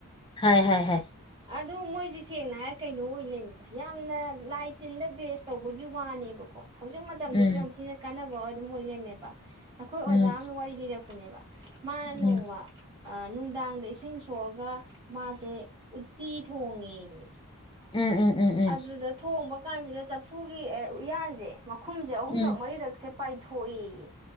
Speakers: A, on the left; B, on the right.
A: ꯍꯥꯏ - ꯍꯥꯥꯏ - ꯍꯥꯏ꯫
B: ꯑꯗꯣ ꯃꯣꯏꯁꯦ ꯁꯦꯡꯅ ꯍꯥꯏꯔ ꯀꯩꯅꯣ ꯑꯣꯏ ꯂꯩꯃꯤꯗ ꯌꯥꯝꯅ ꯂꯥꯏ ꯇꯤꯟꯗ ꯕꯦꯁ ꯇꯧꯕꯒꯤ ꯋꯥꯅꯦꯕꯀꯣ ꯍꯧꯖꯤꯛ ꯃꯇꯝꯗꯁꯨ
A: ꯎꯝ
B: ꯌꯥꯝ ꯊꯤꯅ ꯀꯥꯟꯅ ꯑꯗꯨꯝ ꯑꯣꯏ ꯂꯩꯝꯃꯦꯕ ꯑꯈꯣꯏ ꯑꯣꯖꯥ
A: ꯎꯝ
B: ꯑꯃꯅ ꯋꯥꯔꯤ ꯂꯤꯔꯛ ꯄꯅꯦꯕꯥ ꯃꯥꯅ
A: ꯎꯝ
B: ꯅꯣꯡꯃ ꯑꯥ ꯅꯨꯡꯗꯥꯡꯗ ꯏꯁꯤꯡ ꯁꯣꯛꯑꯒ ꯃꯥꯖꯦ ꯎꯠꯇꯤ ꯊꯣꯡꯉꯦꯌꯦ
A: ꯎꯝ ꯎꯝ ꯎꯝ
B: ꯑꯗꯨꯗ ꯊꯣꯡꯕ ꯀꯥꯟꯁꯤꯗ ꯆꯐꯨꯒꯤ ꯎꯌꯥꯟꯖꯦ ꯈꯨꯝꯁꯦ ꯑꯍꯨꯝꯂꯛ
A: ꯎꯝ
B: ꯃꯔꯤꯔꯛꯁꯦ ꯄꯥꯏꯊꯣꯛꯏꯌꯦ